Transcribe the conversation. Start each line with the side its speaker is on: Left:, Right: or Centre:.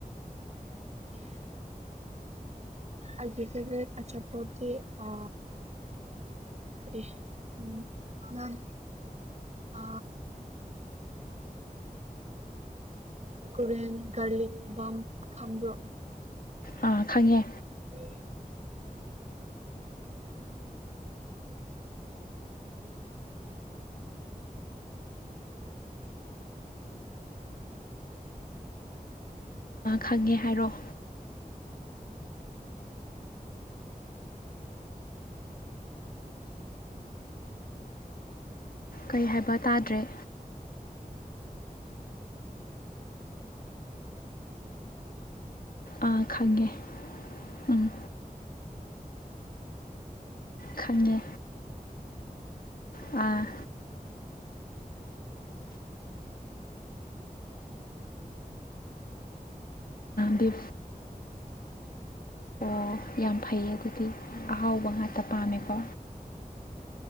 Right: <inaudible> ꯑꯒ ꯐꯦꯜꯦ ꯑꯆꯥꯄꯗꯤ ꯑ ꯀ ꯎꯝ ꯅꯥꯟ ꯑ ꯀꯔꯤ ꯒꯥꯔꯤ ꯕꯥꯝ ꯈꯥꯝꯕ꯭ꯔꯣꯛ
Left: ꯑꯥ ꯈꯪꯉꯦ
Right: <unintelligible>
Left: ꯈꯪꯉꯦ ꯍꯥꯏꯔꯛꯑꯣ ꯀꯩ ꯍꯥꯏꯕ ꯇꯥꯗ꯭ꯔꯦ ꯑꯥ ꯈꯪꯉꯦ ꯎꯝ ꯈꯪꯉꯦ ꯑꯥ ꯗꯤ ꯑꯣ ꯌꯥꯝ ꯐꯩꯌꯦ ꯑꯗꯨꯗꯤ ꯑꯍꯥꯎꯕ ꯉꯥꯛꯇ ꯄꯥꯝꯃꯦꯀꯣ